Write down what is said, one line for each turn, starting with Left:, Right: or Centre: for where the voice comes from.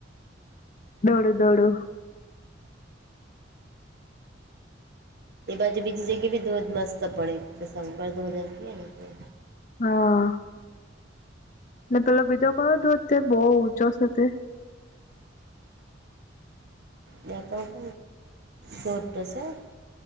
Left: ડોળું ડોળું.
Right: તે બાજુ બીજી જગ્યા ભી ધોધ મસ્ત પડે, શંકર ધોધ એમ કેય ને તે.
Left: હા. ને પેલો બીજો કયો ધોધ તે બહુ ઊંચો છે તે.?
Right: બેક ખ બર ગટશે <unintelligible>